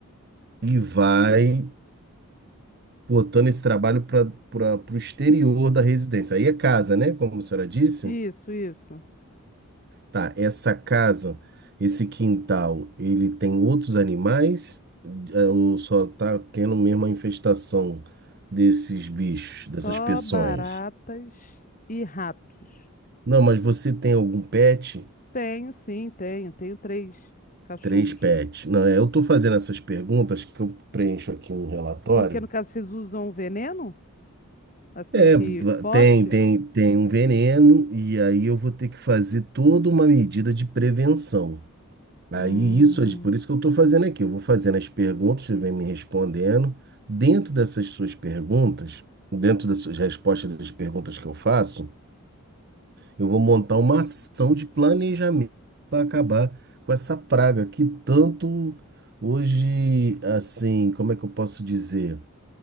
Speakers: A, on the right; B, on the left.
A: e vai botando esse trabalho para o exterior da residência. Aí é casa, né? Como a senhora disse.
B: Isso, isso.
A: Tá, essa casa, esse quintal, ele tem outros animais? É, Ou só tá tendo mesmo a infestação desses bichos,
B: Só
A: dessas peçonhas?
B: baratas e ratos.
A: Não, mas você tem algum pet?
B: Tenho, sim, tenho. Tenho três cachorros.
A: Três pets. Não, é, eu tô fazendo essas perguntas que eu preencho aqui um relatório.
B: Porque no caso vocês usam o veneno? Assim
A: É,
B: que
A: va-
B: forte?
A: tem, tem, tem um veneno, e aí eu vou ter que fazer toda uma medida de prevenção. Aí
B: Hum.
A: isso, é por isso que eu estou fazendo aqui. Eu vou fazendo as perguntas, você vem me respondendo. Dentro dessas suas perguntas, dentro das suas respostas das perguntas que eu faço, eu vou montar uma ação de planejamento para acabar com essa praga que tanto hoje, assim, como é que eu posso dizer?